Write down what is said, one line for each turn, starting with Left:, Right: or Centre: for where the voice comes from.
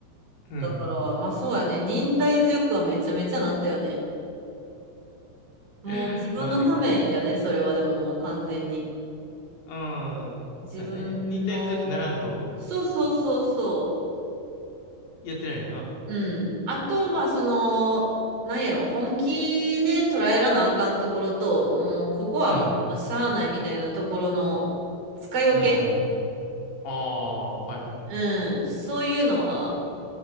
Left: うん、うん。
Right: だから、まあそうやね、忍耐強くはめちゃめちゃなったよね。もう自分のためやね、
Left: <laughs> マジか。
Right: それはでももう完全に。
Left: ああ、そうやね。
Right: 自分の、
Left: 忍耐強くならんと、
Right: そうそうそうそう。
Left: やってられんよな。
Right: うん。あと、まあ、その、なんやろ、本気で捉えらなあかんところと、もう、ここはもう、
Left: うん。
Right: しゃあないみたいなところの使い分け
Left: うん。ああ、はいはい。
Right: うん。そういうのは、